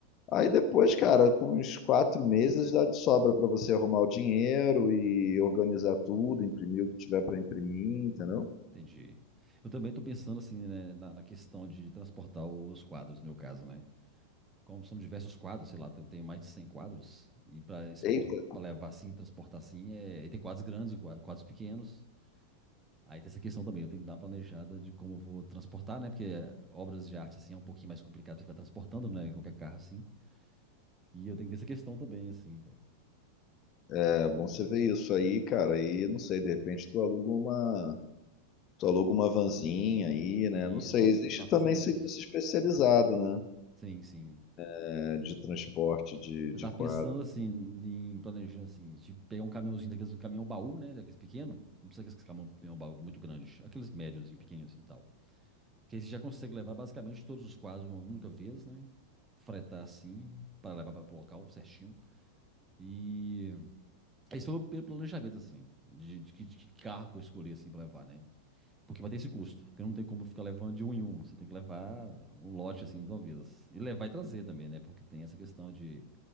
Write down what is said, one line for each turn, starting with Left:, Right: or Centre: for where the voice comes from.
Left: Aí depois, cara, com uns quatro meses dá de sobra para você arrumar o dinheiro e organizar tudo, imprimir o que tiver para imprimir, entendeu?
Right: Entendi. Eu também tô pensando assim, né, na, na questão de transportar os quadros, no meu caso, né? Como são diversos quadros, sei lá, eu tenho mais de 100 quadros, e para exportar,
Left: Eita,
Right: para levar assim, transportar assim, é, e tem quadros grandes, gua- quadros pequenos. Aí tem essa questão também, eu tenho que dar uma planejada de como eu vou transportar, né? Porque obras de arte assim é um pouquinho mais complicado de ficar transportando, né? Qualquer carro assim. E eu tenho que ter essa questão também, assim, velho.
Left: é bom você ver isso aí, cara. E não sei, de repente tu aluga uma, tu aluga uma vanzinha aí, né?
Right: Isso,
Left: Não sei. Existe
Right: eu tava
Left: também
Right: pensando
Left: serviço
Right: nisso.
Left: especializado, né?
Right: Sim, sim.
Left: É, de transporte de,
Right: Eu
Left: de
Right: tava
Left: quadro.
Right: pensando assim, em planejar assim, de pegar um caminhãozinho daqueles, um caminhão baú, né? Daqueles pequeno. Não precisa daqueles caminhão, caminhão baú muito grande. Aqueles médios, assim, pequenininhos assim e tal. Que aí você já consegue levar basicamente todos os quadros de uma única vez, né? Fretar assim, para levar para o local certinho. E esse foi o meu planejamento, assim, de, de que de que carro que eu escolhi, assim, para levar, né? Porque vai ter esse custo. Porque não tem como ficar levando de um em um. Você tem que levar um lote, assim, de uma vez. E levar e trazer também, né? Porque tem essa questão de